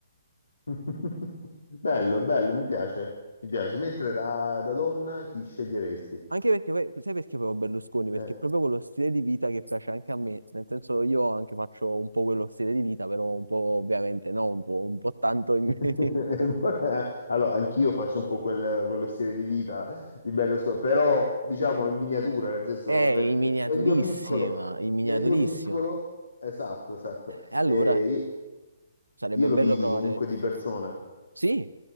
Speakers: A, on the left; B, on the right.
A: <laughs> Bello, bello, mi piace. Mi piace. Mentre da, da donna chi sceglieresti?
B: Anche perché poi, sai perché poi ho Berlusconi? Perché
A: Eh.
B: è proprio quello stile di vita che piace anche a me, nel senso io anche faccio un po' quello stile di vita, però un po' ovviamente no, un po', un po' tanto in
A: <laughs>
B: me. <laughs>
A: Allora, anch'io faccio un po' quel- quello stile di vita di Berlusconi, però diciamo in miniatura, nel senso
B: Eh,
A: nel,
B: in
A: nel-
B: miniaturissima,
A: nel mio piccolo,
B: in miniaturissima.
A: nel mio piccolo, esatto, esatto.
B: E allora
A: Eh, io
B: sarebbe
A: io lo
B: bello
A: vidi
B: provare...
A: comunque di persona.
B: Sì,